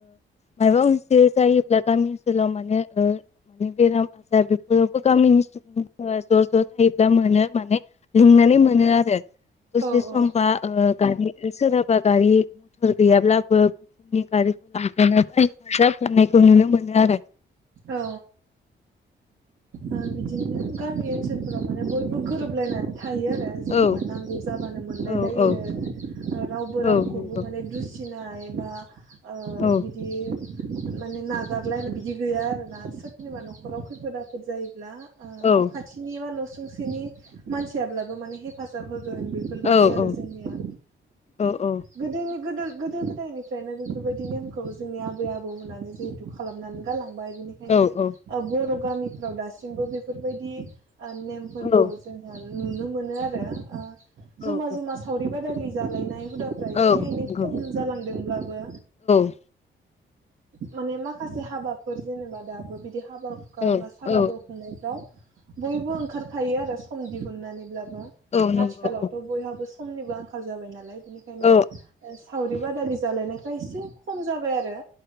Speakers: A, on the left; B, on the right.
A: माबा मोनसे जायोब्ला गामि ओनसोलाव माने -माने बेराम आजार बेफोरावबो गामिनि सुबुंफोरा ज' ज' थायो दा मोनो माने लिंनानै मोनो आरो दसे
B: औ
A: सम बा ओ सोरहाबा गारि मथर गैयाब्लाबो गुबुननि गारिखौ लाबोनो बा हेफाजाब होनायखौ नुनो मोनो आरो
B: औ औ बिदिनो गामि ओनसोलफोराव माने बयबो गोरोबलायनानै थायो आरो जेनेबा
A: औ
B: नांगौ जाबानो मोनलायलायो
A: औ औ
B: रावबो रावखौबो
A: औ नंगौ
B: माने दुसिनो ओमफ्राय बा ओ
A: औ
B: बिदि माने नागारलायनो बिदि गैया आरो ना सो सोरनिबा नखराव खैफोद आफोद जायोब्ला
A: औ
B: बा खाथिनि मान न सुंसेनि मानसियाब्लाबो माने हेफाजाब होगो गोन बेफोरबायदि
A: औ
B: आरो
A: औ
B: जोंनिया
A: औ औ
B: गोदोनि गोदो गोदो गोदायनिफ्रायनो बेफोरबायदि नेमखौ जोंनि आबै आबौमोनानो जिहेथु खालामनानै गालांबाय बेनिखायनो
A: औ
B: बर' गामिफ्राव दासिमबो बेफोरबायदि नेमफोरखौ
A: औ
B: जोंहा नुनो मोनो आरो ओ
A: औ
B: ज'मा ज'मा सावरिबादालि जालायनाय हुदाफ्रा एसे
A: औ
B: एनै
A: नंगौ
B: खम जालांदोंब्लाबो
A: औ
B: माने माखासे हाबा फोर जेनेबा दाबो बिदि हाबा हुखा
A: औ
B: बा सारादु
A: औ
B: खुंनायफ्राव बयबो ओंखारखायो आरो सम दिहुननानैब्लाबो
A: औ नंगौ
B: आथिखालावथ' बयहाबो समनिबो आंखाल जाबाय नालाय बिनिखायनो
A: औ
B: सावरि बादालि जालायनायफ्रा एसे खम जाबाय आरो